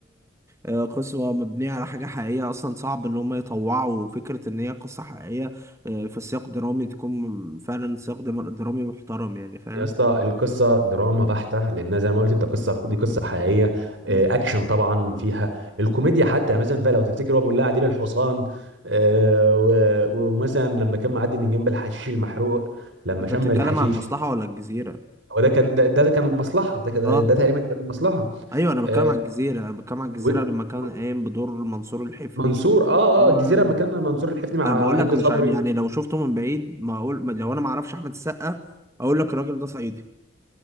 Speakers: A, on the right (about 15°); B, on the right (about 75°).
A: وقصة مبنية على حاجة حقيقية أصلا صعب إن هم يطوعوا فكرة إن هي قصة حقيقية آه، في سياق درامي تكون فعلا سياق دم- درامي محترم يعني فاهم
B: يا اسطى القصه دراما بحته لانها زي ما قلت انت قصه دي قصه حقيقيه
A: مم.
B: آه، اكشن طبعا فيها الكوميديا حتى مثلا فلو تفتكر هو بيقول لها عديل الحصان آه، و- و- ومثلا لما كان معدي من جنب الحشيش المحروق لما
A: أنت
B: شم
A: بتتكلم
B: الحشيش
A: عن المصلحة ولا الجزيرة؟
B: هو ده كان ده, ده كان المصلحه ده كده-
A: اه
B: ده تقريبا كان المصلحه
A: ايوه انا بتكلم
B: آه،
A: عن الجزيره انا بتكلم عن الجزيره
B: و-
A: لما كان
B: و-
A: قايم بدور منصور الحفني
B: منصور اه
A: اه
B: اه الجزيره لما كان منصور الحفني مع
A: انا بقول
B: هند
A: لك
B: صبري
A: مش ع- يعني لو شفته من بعيد ما اقول ما- لو انا ما اعرفش احمد السقا اقول لك الراجل ده صعيدي